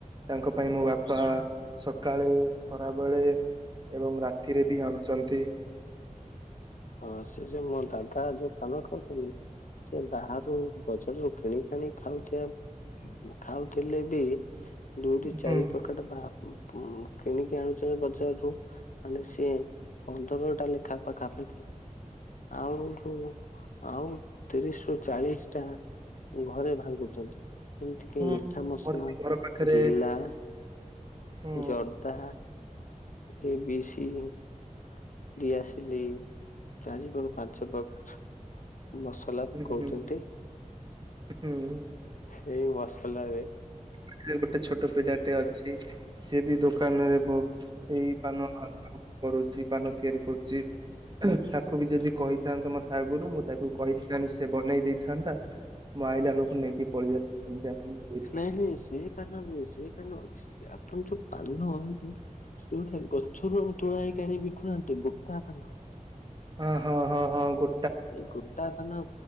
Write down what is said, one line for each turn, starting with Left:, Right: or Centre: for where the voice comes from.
Right: ତାଙ୍କ ପାଇଁ ମୋ ବାପା ସକାଳୁ ଖରାବେେଳେ ଏବଂ ରାତିରେ ବି ଆାଣୁଚନ୍ତି।
Left: ହଁ ସେ ଯୋଉ ମୋ ଦାଦା ଯୋଉ ପାନ ଖାଉଥୁବେ ସେ ବାହାରୁ ବଜାରରୁ କିଣିକାଣି ଖାଉଥିବା ଖାଉଥିଲେ ବି ଦୁଇଟି ଚାରି
Right: ହୁଁ
Left: ପକେଟ ବା ଉ ଉଁ କିଣିକି ଆଣୁଛ ବଜାରରୁ ମାନେ ସିଏ ପନ୍ଦରଟା ଲେଖା ପଖାପାଖି ଆଉ ଫୁଣି ଆଉ ତିରିଶରୁ ଚାଳିଶଟା ଘରେ ଭାଙ୍ଗୁଚନ୍ତି। ଏମତି କିି
Right: ହୁଁ।
Left: ମିଠା ମସଲା
Right: ଆମର ବି ଘର ପାଖରେ
Left: ଗିଲା
Right: ହୁଁ
Left: ଜର୍ଦା ଏ ବି ସି ଗ୍ୟାସ୍ ଲି ଚାରି ବା ପାଞ୍ଚ ପ୍ରକାର ମସ ମସଲା
Right: ହୁଁ
Left: ପକୋଚନ୍ତି
Right: ହୁଁ। ହୁଁ
Left: ସେଇ ମସଲାରେ
Right: ସେ ଯୋଉ ଗୋଟେ ଛୋଟ ପିଲାଟେ ଅଛି ସିଏ ବି ଦୋକାନରେ ବ ଏଇ ପାନ ଭା-କାମ-କରୁଚି ପାନ ତିଆରି କରୁଚି। ତାକୁ ବି ଯଦି କହିଥାନ୍ତ ମତେ ଆଗରୁ ମୁଁ ତାକୁ କହି ତାହେନେ ସିଏ ବନେଇ ଦେଇଥାନ୍ତା ମଁ ଆଇଲା ବେଳକୁ ନେଇକି ପଳେଇ ଆସିଥାନ୍ତି ଆପଣଙ୍କୁ ଦେଇ
Left: ନାଇଁ ନାଇଁ ସେ ପାନ ନୁଁହ ସେ ପାନ ଅଛି ଆପଣ ଯୋଉ ପାନ ଭାଙ୍ଗି ସେଉଟା ଗଛରୁ ଆପଣ ତୋଳା ହେଇକି ଆଣି ବିକୁୁନାହାନ୍ତି ଗୋଟା ପାନ?
Right: ହଁ ହଁ ହଁ ହଁ ଗୋ
Left: ସେଇ ଗୋଟା ପାନ